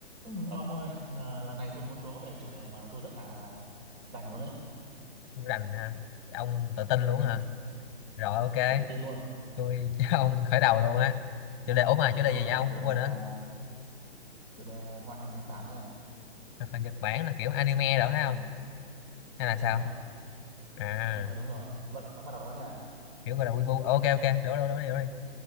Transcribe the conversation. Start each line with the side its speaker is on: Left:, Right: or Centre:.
Right: Ừ, ông ơi, à, lần này tôi muốn đố về chủ đề mà tôi rất là rành luôn đấy,
Left: Không rành hả ông tự tin luôn
Right: ừ
Left: hả rồi ok
Right: tự tin luôn.
Left: tôi <laughs> cho ông khởi đầu luôn á chủ đề ủa mà chủ đề
Right: Đố
Left: gì
Right: về
Left: vậy ông
Right: chủ đề
Left: quên nữa
Right: à, chủ đề hoạt hình Nhật Bản nha.
Left: là Nhật Bản là kiểu anime đó phải không
Right: ừ
Left: hay
Right: Ừ
Left: là sao
Right: đúng rồi,
Left: à
Right: đúng rồi, đúng rồi. Bắt, bắt đầu đố nha.
Left: kiểu gọi là wibu ok ok đố đố đố đi đố đi